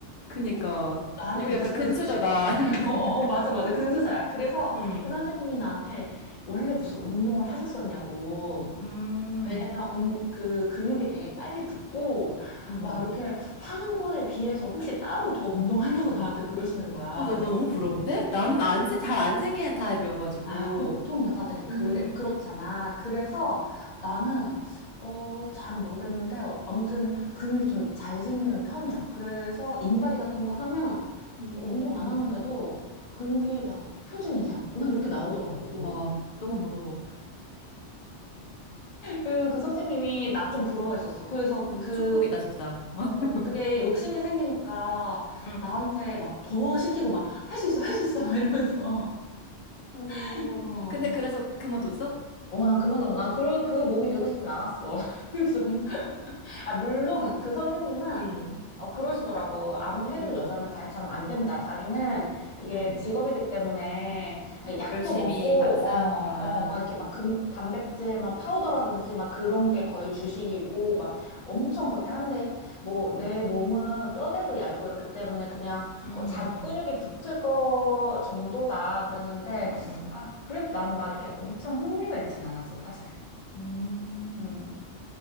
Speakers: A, on the left; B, on the left.
A: 그니까.
B: 어? 나한테
A: 이거
B: 무슨
A: 약간 근수저다.
B: <laughs>
A: <laughs> 약간.
B: 어, 어, 어, 맞아, 맞아. 근수자야. 그래서
A: 음,
B: 그 선생님이 나한테 원래 무슨 운동을 하셨었냐고.
A: 음.
B: 왜냐면 음, 그 근육이 되게 빨리 붙고
A: 음,
B: 막 이렇게 하는 거에 비해서 혹시 따로 더 운동하냐고 <laughs> 나한테 그러시는 거야.
A: 어, 너,
B: 그래서
A: 너 너무 부러운데? 나는 안, 잘 안 생기는 타입이어가지고.
B: 아, 보통 여자들이 그래
A: 음,
B: 그렇잖아. 그래서 나는 어, 잘은 모르겠는데 아무튼 근육이 좀 잘 생기는 편이야. 그래서 인바디 같은 거 하면
A: 음.
B: 뭐 운동
A: 음.
B: 안 하는데도 근육이 막 표준 이상 막 이렇게 나오더라고.
A: 우와, 너무 부러워.
B: 그, 그 선생님이 나 좀 부러워했었어. 그래서
A: 그래서
B: 그
A: 축복이다, 진짜. <laughs>
B: 어, 그게 욕심이 생기니까
A: 응,
B: 나한테 막 더 시키고 막 할 수 있어, 할 수 있어, 막 이러면서.
A: 오,
B: <laughs> 어.
A: 근데 그래서 그만뒀어?
B: 어, 난 그만둬. 난 그, 그 몸이 되고 싶진 않았어. <laughs> 그래서 아, 물론 그 선생님은
A: 응,
B: 어, 그러시더라고. 아무리 해도
A: 응,
B: 여자는 자기처럼 안 된다. 자기는 이게
A: 응.
B: 직업이기 때문에 약도
A: 열심히
B: 먹고,
A: 바- 쌓은
B: 어,
A: 거라.
B: 어, 막 이렇게 막 금, 단백질, 막 파우더라든지 막 그런 게 거의 주식이고, 막 엄청 그렇게 한데, 뭐, 내 몸은 뼈대도 얇고 이렇기 때문에 그냥
A: 응,
B: 어, 잔 근육이 붙을 거 정도다. 그랬는데,
A: 응, 응,
B: 아, 그래도 나는 막 이렇게 엄청 흥미가 있진 않았어, 사실.
A: 응 음,
B: 음.